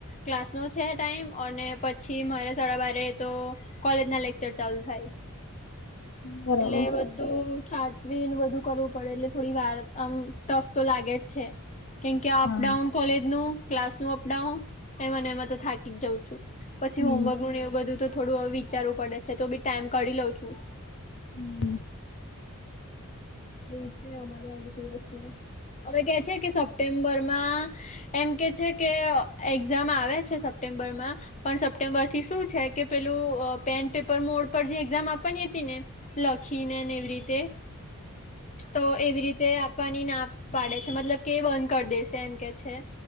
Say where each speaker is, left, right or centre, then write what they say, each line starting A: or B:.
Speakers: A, on the left; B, on the left.
A: ક્લાસ નો છે ટાઈમ, અને પછી મારે સાડા બારે તો કોલેજ ના લેકચર ચાલુ થાય.
B: બરાબર
A: એ બધુ સાચવી ન બધું કરવું પડે એટલે થોડી વાર આમ ટફ તો લાગે જ છે. કેમકે આ
B: હા
A: અપડાઉન કોલેજનું, ક્લાસનું અપડાઉન, એમાં ને એમાં તો થાકી જ જાઉં છું. પછી
B: હમ
A: હોમવર્કનું એવું બધું તો થોડું વિચારવું પડે છે તો બી ટાઈમ કરી લઉ છું.
B: હમ
A: દ છે અમારેજ દિવ છે. હવે કે છે કે સપ્ટેમ્બરમાં એમ કે છે કે એક્ઝામ આવે છે સપ્ટેમ્ બરમાં પણ સપ્ટેમ્બર થી શું છે કે પેલું અ પેન પેપર મોડ પર જે એક્ઝામ આપવાની હતીને લખીને એવી રીતે
B: હ
A: તો એવી રીતે આપવાની ના પાડે છે મતલબ કે બંધ કરી દેશે એમ કે છે.